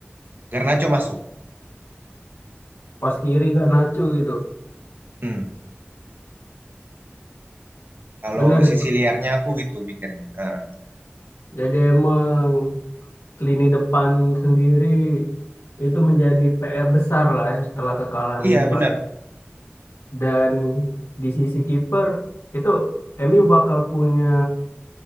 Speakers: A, on the right; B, on the left.
A: Garnacho masuk.
B: pos kiri Garnacho gitu.
A: Hmm. Kalau
B: Bener sih,
A: sisi
B: Bang.
A: liarnya aku gitu mikirnya. Ah,
B: Jadi emang lini depan sendiri itu menjadi PR besar lah ya setelah kekalahan
A: iya
B: ini
A: benar,
B: bagi dan di sisi kiper itu MU bakal punya